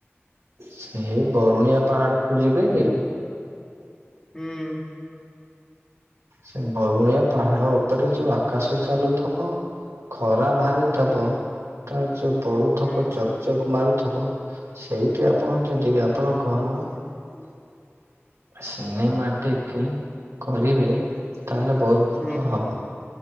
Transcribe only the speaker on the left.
ହୁଁ।
ହୁଁ
ହୁଁ